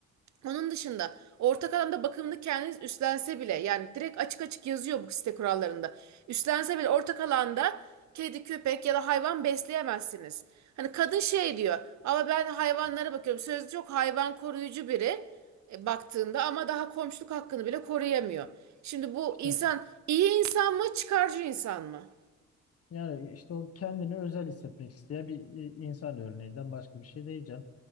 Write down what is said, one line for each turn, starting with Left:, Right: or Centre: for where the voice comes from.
Right: Onun dışında ortak alanda bakımını kendiniz üstlense bile yani direkt açık açık yazıyor bu site kurallarında. Üstlense bile ortak alanda kedi, köpek ya da hayvan besleyemezsiniz. Hani kadın şey diyor ama ben hayvanlara bakıyorum. Sözde çok hayvan koruyucu biri e, baktığında ama daha komşuluk hakkını bile koruyamıyor. Şimdi bu
Left: İşte
Right: insan iyi insan mı çıkarcı insan mı?
Left: yani işte o kendini özel hissetmek isteyen bir i- insan örneğinden başka bir şey değil canım.